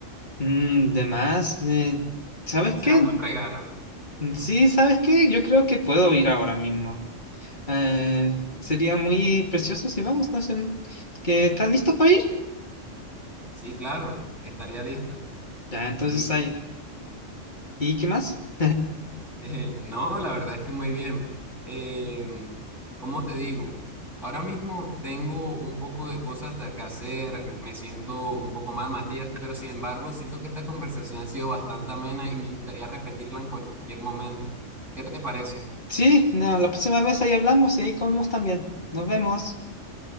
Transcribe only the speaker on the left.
Mm, de más, eh, ¿sabes
qué?
Sí, ¿sabes qué? Yo creo que puedo ir ahora mismo. Eh, sería muy precioso si vamos, no sé, ¿que estás listo para ir?
Ya, entonces
ahí. ¿Y qué más? <laughs>
Sí, no, la próxima vez ahí hablamos y ahí comemos también. Nos vemos.